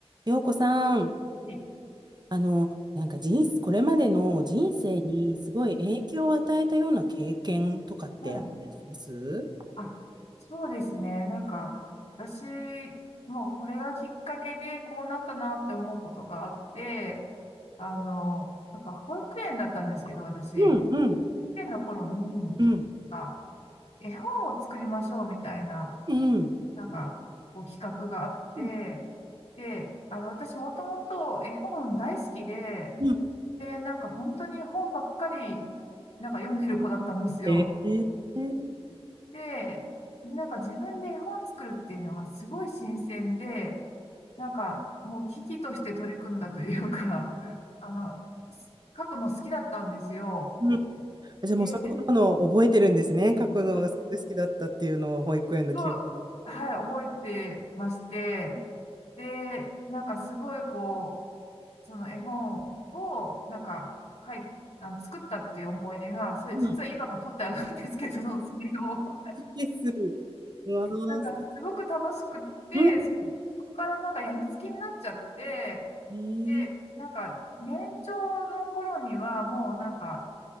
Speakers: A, on the right; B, on the left.
A: 洋子さん、
B: え
A: あの、なんか人生、これまでの人生にすごい影響を与えたような経験とかってあったりします
B: はい。あ、そうですね。なんか、私、もうこれがきっかけでこうなったなって思うことがあって、あの、なんか保育園だったんですけど、私、
A: うんうん
B: 保育園の頃に、
A: うん
B: あ、絵本を作りましょうみたいな、
A: うん
B: なんか、こう企画があって、
A: うん
B: で、あの、私もともと絵本大好きで、
A: うん
B: で、なんか本当に本ばっかり、なんか読んでる子だったんですよ。
A: えー、えー、
B: で、なんか自分で絵本作るっていうのがすごい新鮮で、なんかもう危機として取り組んだというか、<laughs> あの、す書くの好きだったんですよ。
A: うん。じゃあもうそういうことの覚えてるんですね。
B: で、
A: 書くのがすごい好きだったっていうのを保育園の記憶。
B: あと、はい、覚えてまして、
A: う
B: で、なんかすごいこう、その絵本を、なんか、書い、あの、作ったっていう思い出が、それ実は今も取ってあるんですけど、
A: ん。
B: <laughs> それを、
A: です。うわー、
B: なんかすごく楽しくって、
A: すうん。
B: そこからなんか病みつきになっちゃって、
A: え
B: で、
A: ー、
B: なんか、年長の頃には、もうなんか、